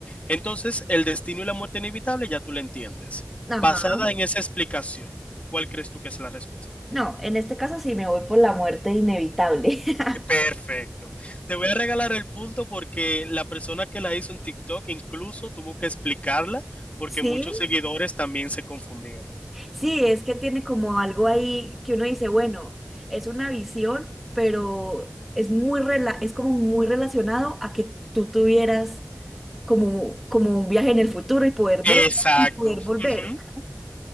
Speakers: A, on the left (about 30°); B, in the centre.
A: Entonces, el destino y la muerte inevitable ya tú lo entiendes.
B: Ajá.
A: Basada en esa explicación, ¿cuál crees tú que es la respuesta?
B: No, en este caso sí me voy por la muerte inevitable. <laughs>
A: Perfecto. Te voy a regalar el punto porque la persona que la hizo en TikTok incluso tuvo que explicarla porque
B: Sí,
A: muchos seguidores también se confundieron.
B: sí, es que tiene como algo ahí que uno dice, bueno, es una visión, pero es muy rela- es como muy relacionado a que tú tuvieras como, como un viaje en el futuro y poder ver
A: Exacto.
B: y poder volver.
A: Ujú.
B: <laughs>